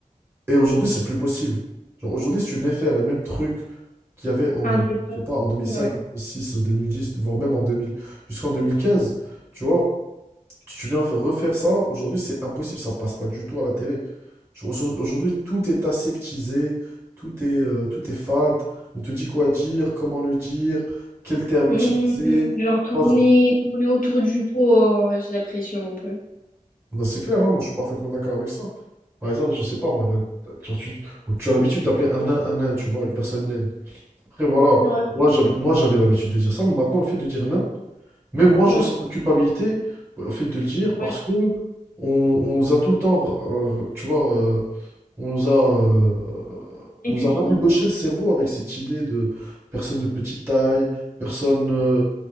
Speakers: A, on the right; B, on the left.
A: Et aujourd'hui, c'est plus possible. Genre, aujourd'hui, si tu venais faire les mêmes trucs qu'il y avait en,
B: Ah, de l'époque.
A: je sais pas, en 2005,
B: Ouais.
A: en 2006, en 2010 voire même en 2000 jusqu'en deux mille quinze tu vois, Tu viens faire- refaire ça, aujourd'hui c'est impossible, ça passe pas du tout à la télé. Genre, aujourd- Aujourd'hui tout est aseptisé, tout est, euh, tout est fade, on te dit quoi dire, comment le dire, quel terme
B: Mhm.
A: utiliser.
B: Genre tourner,
A: Moi, je-
B: tourner autour du pot, euh, j'ai l'impression un peu.
A: Ben, c'est clair, hein, moi je suis parfaitement d'accord avec ça. Par exemple, je sais pas, moi, la- genre, tu, tu as l'habitude d'appeler un nain un nain, tu vois, une personne naine. Après voilà,
B: Ouais.
A: moi j'habi- moi, j'avais l'habitude de dire ça, mais maintenant le fait de dire nain, Mais moi,
B: Mm.
A: je ressens de la culpabilité bah, au fait de le dire parce
B: Ouais,
A: que on, on nous a tout le temps, euh, tu vois, euh, on nous a, euh,
B: Inculquer.
A: on nous a rabiboché le cerveau avec cette idée de personne de petite taille, personne euh,